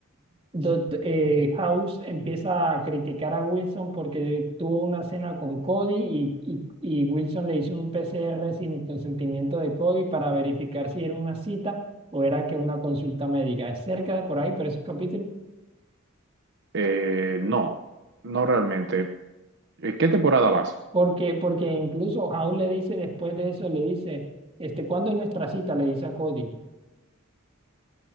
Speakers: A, on the right (about 25°); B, on the right (about 60°).
A: Dot, eh, House empieza a criticar a Wilson porque tuvo una cena con Cody y, y, y Wilson le hizo un PCR sin el consentimiento de Cody para verificar si era una cita o era que una consulta médica. Es cerca de por ahí, por esos capítulos.
B: Eh, no, no realmente. ¿En qué temporada vas?
A: Porque, porque incluso House le dice después de eso, le dice, este, ¿cuándo es nuestra cita? Le dice a Cody,